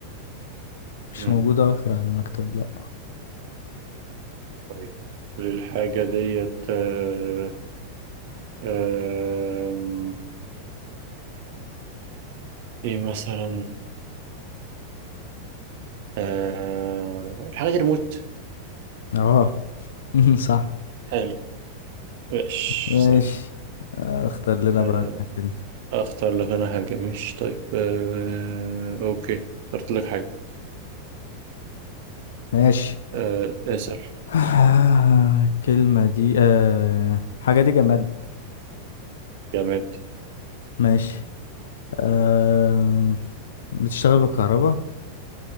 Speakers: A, on the left; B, on the right.
A: مش
B: مم.
A: موجودة اكتر على المكتب لا
B: طيب هل الحاجة ديت آه، آه، إيه مثلا؟ آه، الحاجة دي ريموت
A: اه <laughs> صح
B: حلو ماشي
A: ماشي
B: سهل
A: آه، اختار لنا
B: آه،
A: بقى انت كلمة
B: أختار لك أنا حاجة مش طيب آه، أوكي اخترت لك حاجة
A: ماشي
B: آه، اسأل
A: <sighs> الكلمة دي آه حاجة دي جماد
B: جامد
A: ماشي آه بتشتغل بالكهرباء